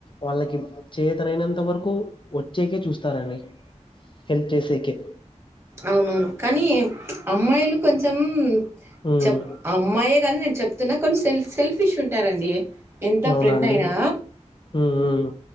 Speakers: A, on the left; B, on the right.
A: వాళ్ళకి చేతనైనంత ఇంతవరకు వచ్చేకే చూస్తారంండి హెల్ప్ చేసేకే
B: అవునవును కానీ అమ్మాయిలు కొంచెం
A: ఉమ్
B: చెప్ ఆ అమ్మాయే గాని నేను చెప్ కానీ సెల్ఫ్ సెల్ఫిష్ ఉంటారంండి ఎంత
A: అవునా
B: ఫ్రెండ్
A: అండి
B: అయినా
A: ఉమ్ ఉమ్